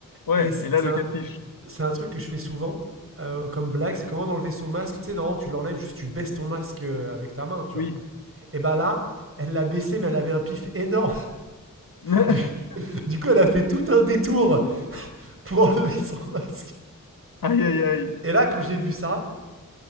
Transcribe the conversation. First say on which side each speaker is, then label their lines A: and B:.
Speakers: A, on the left (about 80°); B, on the right (about 40°).
A: Ouais,
B: Et c'est
A: et là
B: c'est
A: le
B: un,
A: catfish.
B: c'est un truc que je fais souvent euh, comme blague, c'est comment d'enlever son masque. Tu sais, non, tu l'enlèves juste, tu baisses ton masque euh, avec ta main, tu
A: Oui.
B: vois. Et bah là, elle l'a baissé, mais elle avait un pif énorme.
A: <laughs>
B: Du, du coup, elle a fait tout un détour pour enlever son masque.
A: Aïe aïe aïe,
B: Et là, quand j'ai vu ça,